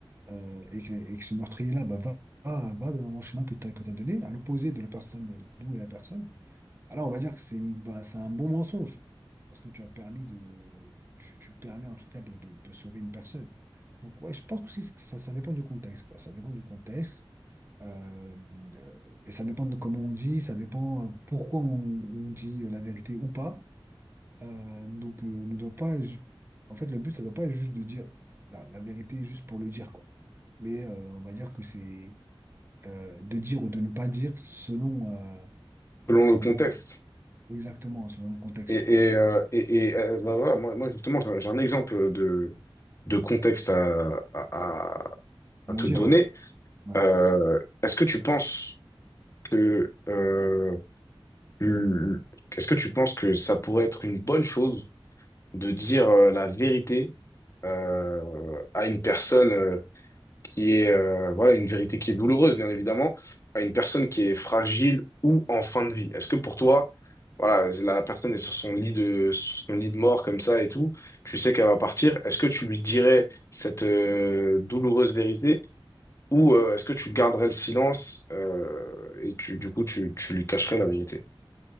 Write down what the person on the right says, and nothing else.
euh, et que, et que ce meurtrier-là bah, va, va, va dans le chemin que tu as, que t'as donné, à l'opposé de la personne, d'où est la personne, alors on va dire que c'est une- bah, c'est un bon mensonge, parce que tu as permis de, tu, tu permets en tout cas de, de- de sauver une personne. Donc ouais, je pense que aussi, ça, ça dépend du contexte, quoi. Ça dépend du contexte. euh, euh, et ça dépend de comment on dit, ça dépend euh, pourquoi on, on dit la vérité ou pas. Euh, donc, euh, ne doit pas. ju- En fait, le but, ça ne doit pas être juste de dire la, la vérité juste pour le dire, quoi mais euh, on va dire que c'est euh, de dire ou de ne pas dire selon, euh,
selon
exactement, selon le contexte,
tu vois.
À
me
dire,
ouais. ouais.